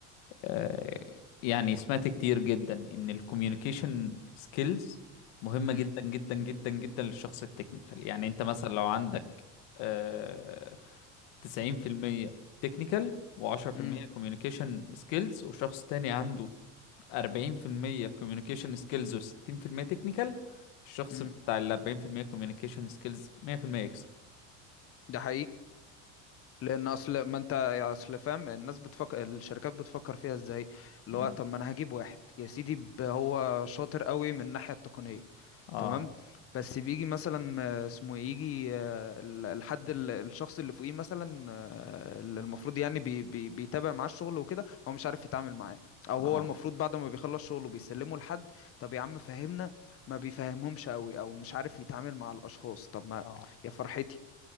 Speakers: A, on the left; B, on the left.
A: آه يعني سمعت كتير جدا ان الكوميونيكيشن سكيلز مهمة
B: امم
A: جدا جدا جدا جدا للشخص التكنيكال يعني انت مثلا لو عندك آه 90% تكنيكال و10%
B: امم
A: كوميونيكيشن سكيلز وشخص تاني عنده 40% كوميونيكيشن سكيلز و60% تكنيكال الشخص
B: امم
A: بتاع ال 40% كوميونيكيشن سكيلز 100% يكسب
B: ده حقيقي لان اصل ما انت يا اصل فاهم الناس بتفكر الشركات بتفكر فيها ازاي
A: مم.
B: اللي هو طب ما انا هجيب واحد يا سيدي ب- هو شاطر قوي من الناحيه التقنيه
A: اه
B: تمام بس بيجي مثلا آه، اسمه إيه، يجي آه، ال- الحد ال- الشخص اللي فوقيه مثلا آه، اللي المفروض يعني بي بي بيتابع معاه الشغل وكده هو مش عارف يتعامل معاه او
A: اه
B: هو المفروض بعد ما بيخلص شغله بيسلمه لحد طب يا عم فهمنا ما بيفهمهمش قوي او مش عارف يتعامل مع الاشخاص طب ما
A: اه
B: يا فرحتي